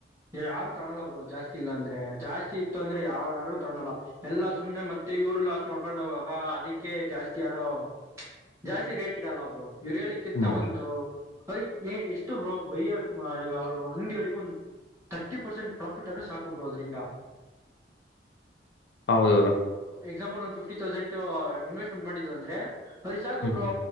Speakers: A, on the right; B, on the left.
A: ಇಲ್ಲಿ ಯಾರು ತೊಗಲಲ್ಲ ಬ್ರೋ ಜಾಸ್ತಿ ಇಲ್ಲಾಂದ್ರೆ ಜಾಸ್ತಿ ಇತ್ತು ಅಂದ್ರೆ ಯಾವ್ಯಾರು ತೊಗಲ್ಲ ಎಲ್ಲಾ ಸುಮ್ನೆ ಮತ್ತೆ ಇವರು ಲಾಸ್ ಮಾಡ್ಕೊಂಡು ಹೋಗಕ ಅದಕ್ಕೆ ಜಾಸ್ತಿ ಯಾರೋ ಜಾಸ್ತಿ ರೇಟ್ ಇಡಲ್ಲ ಬ್ರೋ. ಇವ್ರು ಹೇಳಿದ್ಕಿಂತ
B: ಹ್ಮ್
A: ಒಂದು. ಅದಕ್ <inaudible> ನೆ ಎಷ್ಟು ಬ್ರೋ ಬಯ್ಯರ್. ಈಗ ಅವರು ಅಂಗಡಿಯವರಿಗೆ ಒಂದ ಥರ್ಟಿ ಪರ್ಸೆಂಟ್ ಪ್ರಾಫಿಟ್ ಅನ್ನು ಸಾಕು ಬ್ರೋ ಅದ್ರಿಂದ.
B: ಹೌದು bro.
A: Example one fifty thousand investment ಮಾಡಿದ್ದ ಅಂದ್ರೆ. ಅವ್ರಿಗೆ ಸಾಕ
B: ಹ್ಮ್
A: ಬ್ರೋ